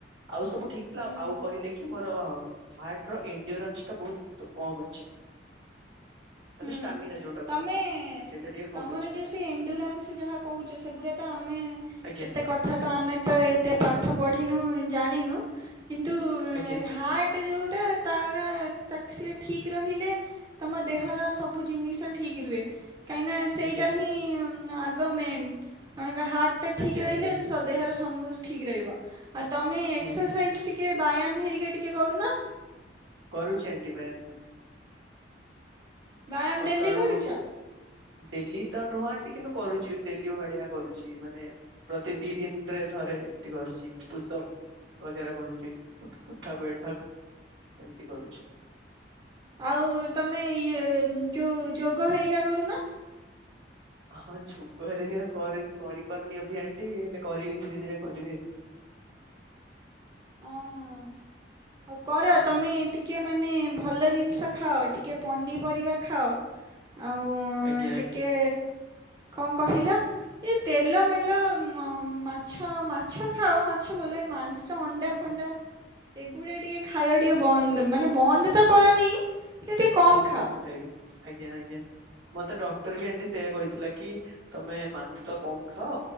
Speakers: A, on the right; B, on the right.
A: ଆଉ ସବୁ ଠିକ୍ ଥିଲା
B: ହୁଁ
A: ଆଉ କହିଲେ କି ମୋର ହାର୍ଟର ଏଣ୍ଡିଓରାମ ତ ବହୁତ କମ୍ ଅଛି। ମାନେ
B: ହୁଁ
A: ଷ୍ଟାମିନା ଯୋଉଟା
B: ତମେ
A: କୁହନ୍ତି। ସେଇଟା ଟିକେ କମ
B: ତମର
A: ଅଛି
B: ଯୋଉ ସେ ଏଣ୍ଡୁରାନ୍ସ ଯାହା କହୁଛ ସେଗୁଡା ତ ଆମେ
A: ଆଜ୍ଞା
B: ଏତେ କ ଥା ତ ଆମେ ତ ଏତେ ପାଠ ପଢିନୁ ଜାଣିନୁ କିନ୍ତୁ
A: ଆଜ୍ଞା
B: ହାର୍ଟ ହାର୍ଟ ଯୋଉଟା ତାର ତାକୁ ସେଇଟା ଠିକ୍ ରହିଲେ ତମ ଦେହର ସବୁ ଜିନିଷ ଠିକ୍ ରୁହେ କାହିଁକି ନା ସେଇଟା
A: ଆଜ୍ଞା
B: ହିଁ ଆଗ ମେନ୍ ଜଣଙ୍କ ହାର୍ଟ ଟା ଠିକ୍
A: ଆଜ୍ଞା
B: ରହିଲେ
A: ଆଜ୍ଞା
B: ସ ଦେହର ସମୁଁ ଠିକ୍ ରହିବ ଆଉ ତମେ
A: ହୁଁ
B: ଏକ୍ସରସାଇଜ୍ ଟିକେ ବାୟ୍ଯାମ ହେରିକା ଟିକେ କରୁନ?
A: କରୁଛି ଆଣ୍ଟି ବାୟ୍ଯାମ
B: ବ୍ୟାୟାମ
A: ସକାଳୁ।
B: ଡେଲି କରୁଛ?
A: ଡେଲି ତ ନୁହଁ ଆଣ୍ଟି କିନ୍ତୁ କରୁଛି ଡେଲି ଭଳିଆ କରୁଛି ମାନେ ପ୍ରତି ଦି ଦିନରେ ଥରେ ଏମତି କରୁଛି ପୁଷପ ବଗେରା କରୁଛି ଉଠ ଉଠକ ବୈଠକ ଏମିତି କରୁଛି।
B: ଆଉ ତମେ ଇଏ ଯୋଉ ଯୋଗ ହେରିକା କରୁନ?
A: ହଁ ଯୋଗ ହେରିକା କରିବି କରିପାରୁନି ଅଭି ଆଣ୍ଟି ହେଲେ କରିବି ଧୀରେ ଧୀରେ କରିବି।
B: ଓ ହୋ ହଉ କର
A: ଆଜ୍ଞା
B: ତମେ ଟି ଟିକେ ମାନେ ଭଲ ଜିନିଷ ଖାଅ ଟିକେ ପନିପରିବା ଖାଅ। ଆଉ
A: ଆଜ୍ଞା
B: ଟିକେ
A: ଆଜ୍ଞା
B: କଣ କହିଲ ଏ ତେଲ ମେଲ ମ ମାଛ ମାଛ ଖାଅ ମାଛ ବୋଲେ ମାଂସ ତ ଅଣ୍ଡା ଫଣ୍ଡା
A: ହୁଁ
B: ଏଗୁଡା ଟିକେ ଖାଇବା ଟିକେ ବନ୍ଦ ମାନେ ବନ୍ଦ ତ କରନି। କିନ୍ତୁ ଟିକେ
A: କମ୍
B: ଖାଅ
A: କମ୍ ଖାଇବି ଆଜ୍ଞା ଆଜ୍ଞା। ମତେ ଡକ୍ଟର ବି ଆଣ୍ଟି ସେଇଆ କହିଥିଲା କି ତମେ ମାଂସ କମ୍ ଖାଅ